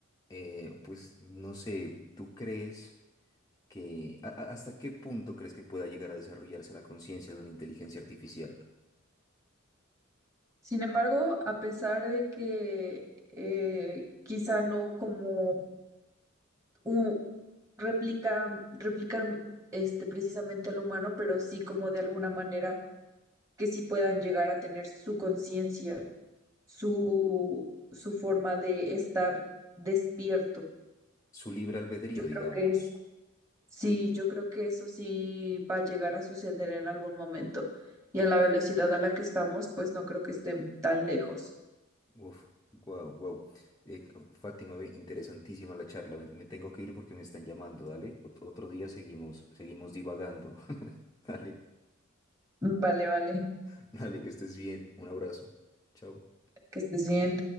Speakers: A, on the left; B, on the right.
A: eh, pues no sé, ¿tú crees que a- a- hasta qué punto crees que pueda llegar a desarrollarse la conciencia de una inteligencia artificial?
B: Sin embargo, a pesar de que eh, quizá no como un, replica, replicar este, precisamente al humano, pero sí como de alguna manera que sí puedan llegar a tener su conciencia, su, su forma de estar despierto.
A: Su libre albedrío,
B: Yo
A: digamos.
B: creo que es, sí, yo creo que eso sí va a llegar a suceder en algún momento. Y a la velocidad a la que estamos, pues no creo que estén tan lejos.
A: Uf, wow, wow. Fátima, ve, interesantísima la charla. Me, me tengo que ir porque me están llamando, dale. Ot- otro día seguimos, seguimos divagando. <laughs> Dale.
B: Vale, vale,
A: <laughs> Dale, que estés bien. Un abrazo. Chao.
B: que estés bien.